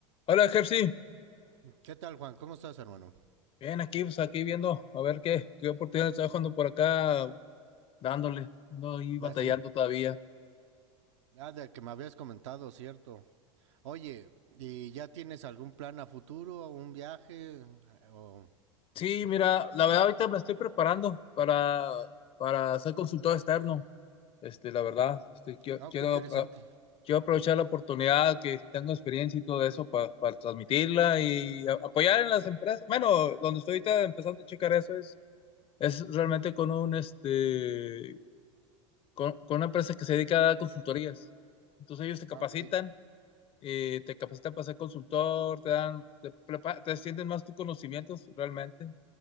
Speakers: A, on the left; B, on the right.
A: Hola, Jersey.
B: ¿Qué tal, Juan? ¿Cómo estás, hermano?
A: Bien, aquí, pues aquí viendo a ver qué, qué oportunidades está dejando por acá, dándole, ando ahí batallando
B: Ah, sí.
A: todavía.
B: Ah, de que me habías comentado, cierto. Oye, ¿y ya tienes algún plan a futuro, un viaje? O...
A: Sí, mira, la verdad ahorita me estoy preparando para, para ser consultor externo. Este, la verdad, este, quiero,
B: Ah,
A: quiero,
B: qué interesante.
A: ah, quiero aprovechar la oportunidad que tengo experiencia y todo eso pa- para transmitirla y a- apoyar en las empresas. Bueno, donde estoy ahorita empezando a checar eso es, es realmente con un este con, con una empresa que se dedica a dar consultorías. Entonces ellos te capacitan,
B: Ah, ok.
A: eh, te capacitan para ser consultor, te dan, te, prepa- te extienden más tus conocimientos realmente.